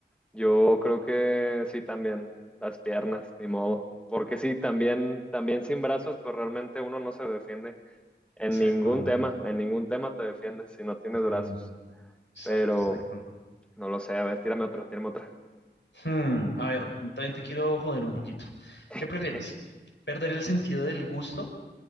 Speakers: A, in the centre; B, on the left (about 85°).
A: Yo creo que sí también, las piernas, ni modo. Porque sí, también, también sin brazos, pues realmente uno no se defiende en
B: Exacto.
A: ningún tema, en ningún tema te defiendes si no tienes
B: Ah,
A: brazos.
B: Exacto,
A: Pero
B: exacto.
A: no lo sé, a ver, tírame otra, tírame otra.
B: Hmm, a ver, también te quiero joder un poquito. ¿Qué prefieres?
A: <laughs>
B: ¿Perder el sentido del gusto